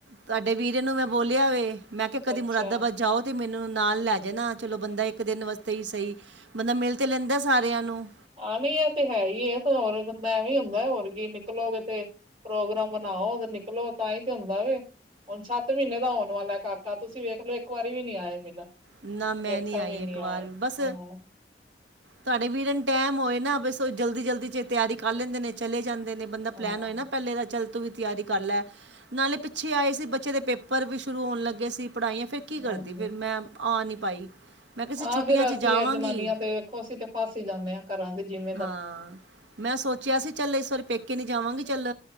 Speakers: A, on the right; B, on the right.
A: ਤੁਹਾਡੇ ਵੀਰੇ ਨੂੰ ਮੈਂ ਬੋਲਿਆ ਵੇ ਮੈਂ ਕਿਹਾ ਕਦੀ
B: ਅੱਛਾ
A: ਮੁਰਾਦਾਬਾਦ ਜਾਓ ਤੇ ਮੈਨੂੰ ਨਾਲ ਲੈ ਜਾਣਾ ਚਲੋ ਬੰਦਾ ਇੱਕ ਦਿਨ ਵਾਸਤੇ ਈ ਸਹੀ, ਬੰਦਾ ਮਿਲ ਤੇ ਲੈਂਦਾ ਸਾਰਿਆਂ ਨੂੰ
B: ਆਹੀਂ ਇਹ ਤੇ ਹੈ ਈ ਐ ਤੇ ਹੋਰ ਬੰਦਾ ਐਵੇਂ ੳ ਹੁੰਦਾ ਹੋਰ ਕੀ ਨਿਕਲੋਗੇ ਤੇ ਪ੍ਰੋਗਰਾਮ ਬਨਾਓ ਤੇ ਨਿਕਲੋ ਤਾਂਹੀ ਤੇ ਹੁੰਦਾ ਵੇ ਹੁਣ ਸੱਤ ਮਹੀਨੇ ਦਾ ਹੋਣ ਵਾਲਾ ਕਾਕਾ ਤੁਸੀਂ ਵੇਖ ਲੋ ਇੱਕ ਵਾਰੀ ਵੀ ਨੀ ਆਏ ਮਿਲਨ
A: ਨਾ ਮੈਂ
B: ਵੇਖਣ
A: ਨਹੀਂ ਆਈ
B: ਵੀ ਨੀ
A: ਇੱਕ ਵਾਰ
B: ਆਏ,
A: ਵੀ ਬਸ
B: ਹਾਂ।
A: ਤੁਹਾਡੇ ਵੀਰੇ ਨੂੰ ਟਾਈਮ ਹੋਏ ਨਾ ਬਸ ਉਹ ਜਲਦੀ ਜਲਦੀ ਚ ਤਿਆਰੀ ਕਰ ਲੈਂਦੇ ਨੇ ਚਲੇ ਜਾਂਦੇ ਨੇ। ਬੰਦਾ
B: ਹਾਂ
A: ਪਲੈਨ ਹੋਏ ਨਾ ਪਹਿਲੇ ਦਾ ਚੱਲਦਾ ਤੋਂ ਵੀ ਤਿਆਰੀ ਕਰ ਲੈ, ਨਾਲੇ ਪਿੱਛੇ ਆਏ ਸੀ ਬੱਚੇ ਦੇ ਪੇਪਰ ਵੀ ਸ਼ੁਰੂ ਹੋਣ ਲੱਗੇ ਸੀ ਪੜ੍ਹਾਈਆਂ ਫਿਰ ਕੀ
B: ਹਾਂਜੀ
A: ਕਰਦੀ ਫਿਰ ਮੈਂ ਆ ਨੀ ਪਾਈ। ਮੈਂ ਕਿਸੇ
B: ਆਹ
A: ਛੁੱਟੀਆਂ
B: ਫੇਰ
A: 'ਚ
B: ਅਸੀਂ
A: ਜਾਵਾਂਗੀ
B: ਇਹ ਜਨਾਨੀਆਂ ਤੇ ਵੇਖੋ ਅਸੀਂ ਤੇ ਫਸ ਈ ਜਾਨੇ ਆ ਘਰਾਂ ਦੇ ਜਿਵੇਂ
A: ਹਾਂ, ਮੈਂ ਸੋਚਿਆ ਸੀ ਚੱਲ ਇਸ ਵਾਰੀ ਪੇਕ ਕਿ ਨੀ ਜਾਵਾਂਗੇ ਚੱਲ